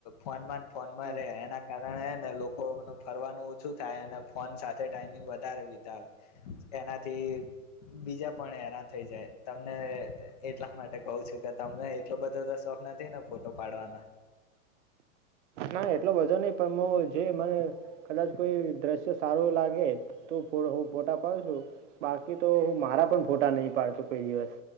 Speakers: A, on the left; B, on the right.
A: ફોનમાં ફોનમાં
B: હા
A: રે એના કારણે કારણ એ ને લોકોનું ફરવાનું ઓછું થાય અને ફોન સાથે ટાઈમિંગ વધારે વિતાવે એનાથી બીજા પણ હેરાન થઈ જાય તમને એટલા માટે કહું છું કે તમને એટલો બધો તો શોખ નથી ને ફોટો પાડવાનો
B: ના એટલો બધો નહીિ પણ જે મને કદાચ કોઈ દ્રશ્ય સારું લાગે તો હું ફોટા પાડુ છું બાકી તો હું મારા પણ ફોટા નહી પાડતો કોઈ દિવસ